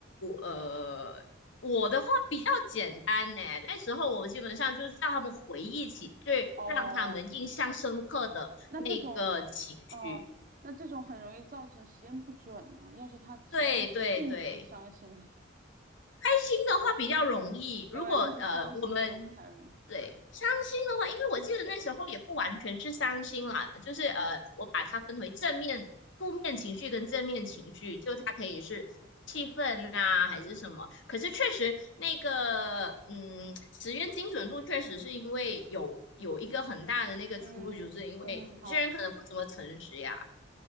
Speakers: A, on the left; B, on the right.
A: 呃，我的话比较简单呢。那时候我基本上就是让他们回忆起最让他们印象深刻的那个情绪。
B: 哦，那这种哦，那这种很容易造成实验不准呢、要是他其实当时并不是伤心呢，
A: 对对对。开心的话比较容易，
B: <laughs> 对，
A: 如果呃我们
B: 但是伤心就不太容易。
A: 对伤心的话，因为我记得那时候也不完全是伤心啦，就是呃我把它分为正面、负面情绪跟正面情绪，就它可以是气氛啊还是什么。可是确实那个嗯实验精准度确实是因为有有一个很大的那个出入，
B: 嗯嗯，
A: 就是因为有些人可能不怎么诚实呀。
B: 好。